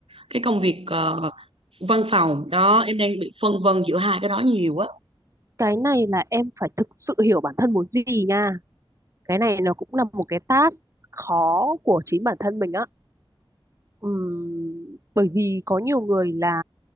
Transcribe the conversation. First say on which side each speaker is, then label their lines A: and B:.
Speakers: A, on the right (about 80°); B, on the right (about 35°).
A: cái công việc ờ, văn phòng đó em đang bị phân vân giữa hai cái đó nhiều á
B: cái này là em phải thực sự hiểu bản thân muốn gì nha cái này nó cũng là một cái task khó của chính bản thân mình á Ừm, bởi vì có nhiều người là